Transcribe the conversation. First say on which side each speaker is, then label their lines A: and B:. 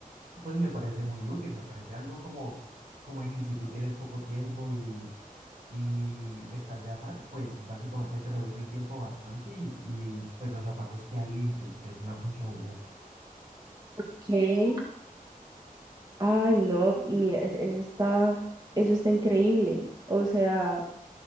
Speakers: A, on the right; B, on the right.
A: pues me parece muy útil, me parece algo como, como de que si tú tienes poco tiempo y, y estás de afán, pues básicamente te reduce el tiempo bastante y, y pues los zapatos quedan limpios, que es la funcionalidad.
B: ¿Qué? Ay, no, mira, es- eso está, eso está increíble. O sea,